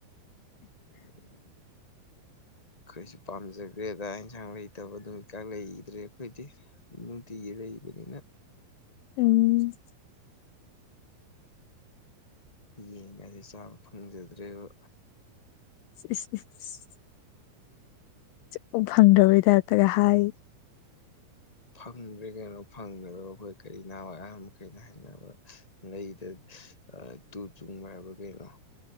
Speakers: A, on the left; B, on the left.
A: <inaudible> ꯑꯩꯈꯣꯏꯁꯨ ꯄꯥꯝꯖꯈ꯭ꯔꯦꯗ ꯌꯦꯟꯁꯥꯡ ꯂꯩꯇꯕꯗꯨ ꯍꯧꯀꯥꯟ ꯂꯩꯈꯤꯗ꯭ꯔꯦ ꯑꯩꯈꯣꯏꯗꯤ ꯅꯨꯡꯇꯤꯒꯤ ꯂꯩꯕꯅꯤꯅ
B: ꯎꯝ
A: ꯌꯦꯟ ꯉꯁꯤ ꯆꯥꯕ ꯐꯪꯖꯗ꯭ꯔꯦꯕ
B: ꯏꯁ <unintelligible> <unintelligible> ꯐꯪꯗ꯭ꯔꯕꯩ ꯇꯥꯏꯞꯇꯒ ꯍꯥꯏ
A: ꯐꯪꯗ꯭ꯔꯦ ꯀꯩꯅꯣ ꯐꯪꯗꯕ ꯑꯩꯈꯣꯏ ꯀꯔꯤ ꯅꯍꯥꯟꯋꯥꯏ ꯑꯍꯥꯟ ꯃꯈꯩꯅ ꯍꯥꯏꯅꯕ ꯃꯩꯗ ꯇꯨ ꯆꯨꯡꯕ ꯍꯥꯏꯕ꯭ꯔꯥ ꯀꯩꯅꯣ